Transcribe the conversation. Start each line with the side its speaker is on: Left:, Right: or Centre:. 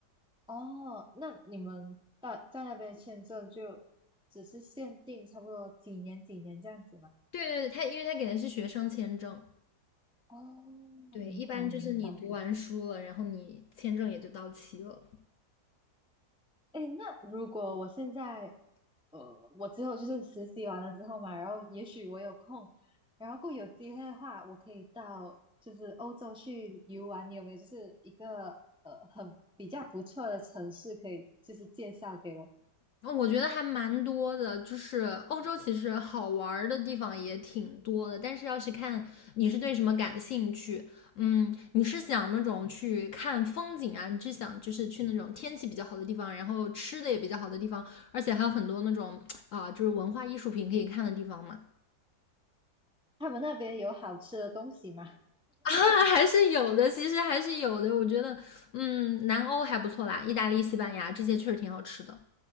Centre: 哦，那你们在在那边签证就只是限定差不多几年几年这样子吗？
Left: 对对，他因为他给的是学生签证，
Centre: 哦，
Left: 对，
Centre: 明白明白。
Left: 一般就是你读完书了，然后你签证也就到期了。
Centre: 哎，那如果我现在，呃，我之后就是实习完了之后嘛，然后也许我有空，然后过有机会的话，我可以到就是欧洲去游玩，你有没有就是一个呃很比较不错的城市可以就是介绍给我？
Left: 哦，我觉得还蛮多的，就是欧洲其实好玩的地方也挺多的，但是要是看你是对什么感兴趣，嗯，你是想那种去看风景啊，你是想就是去那种天气比较好的地方，然后吃的也比较好的地方，而且还有很多那种啊、就是文化艺术品可以看的地方嘛。
Centre: 他们那边有好吃的东西吗？<laughs>
Left: <laughs> 啊，还是有的，其实还是有的。我觉得，嗯，南欧还不错啦，意大利、西班牙这些确实挺好吃的。